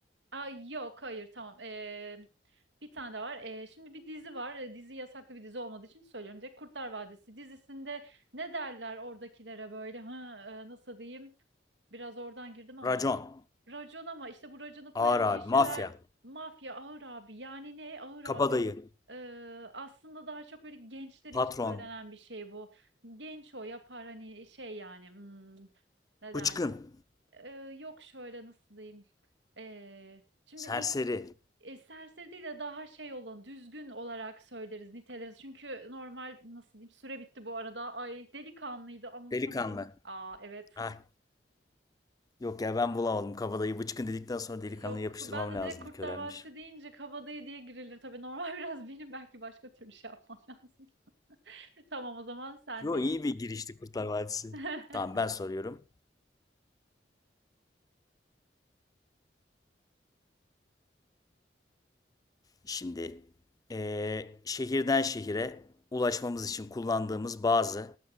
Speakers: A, on the right; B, on the left.
A: Aa, yok hayır tamam. Ee, bir tane daha var. Ee, şimdi bir dizi var. Ee, dizi yasaklı bir dizi olmadığı için söylüyorum. Direkt Kurtlar Vadisi dizisinde ne derler oradakilere böyle? Ha, e, nasıl diyeyim? Biraz oradan girdim ama.
B: Racon.
A: Racon ama işte bu raconu koyan
B: Ağır abi.
A: kişiler
B: Mafya.
A: mafya ağır abi. Yani ne ağır
B: Kabadayı.
A: abi o? Ee, aslında daha çok böyle gençler için
B: Patron.
A: söylenen bir şey bu. Genç o yapar hani şey yani hmm, ne derler?
B: Bıçkın.
A: Ee, yok şöyle nasıl diyeyim? Ee, şimdi
B: Serseri.
A: i- e, serseri değil de daha şey olan düzgün olarak söyleriz niteleriz. Çünkü normal nasıl diyeyim süre bitti bu arada. Ay delikanlıydı anlatamadım.
B: Delikanlı.
A: Aa evet.
B: Ah. Yok ya ben bulamadım kabadayı. Bıçkın dedikten sonra delikanlı
A: Yok
B: yapıştırmam
A: ben de
B: lazımdı.
A: direkt Kurtlar
B: Körelmiş.
A: Vadisi deyince Kabadayı diye girilir. Tabii normal <laughs> biraz benim belki başka türlü şey yapmam lazım. <laughs> Tamam o zaman sendeyiz.
B: Yo iyi bir girişti Kurtlar Vadisi.
A: <laughs>
B: Tamam ben soruyorum. Şimdi eee, şehirden şehire ulaşmamız için kullandığımız bazı